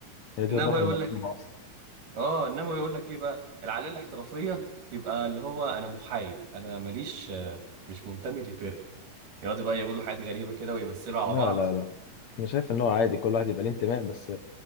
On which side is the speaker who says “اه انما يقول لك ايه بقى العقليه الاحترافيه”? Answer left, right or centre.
Right